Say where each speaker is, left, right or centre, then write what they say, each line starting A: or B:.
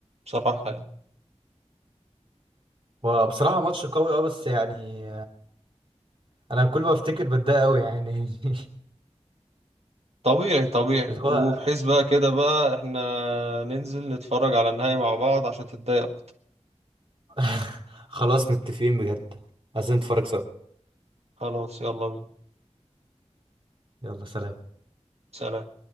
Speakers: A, on the right; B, on the right.
A: بصراحة يعني
B: وبصراحة ماتش قوي اه بس يعني انا كل ما افتكر بتضايق قوي يعني <laughs>
A: طبيعي طبيعي
B: اللي
A: وبحيث
B: هو
A: بقى كده بقى احنا ننزل نتفرج على النهائي مع بعض عشان تتضايق اكتر
B: <laughs> خلاص متفقين بجد عايزين نتفرج سوا
A: خلاص يلا بينا
B: يلا سلام
A: سلام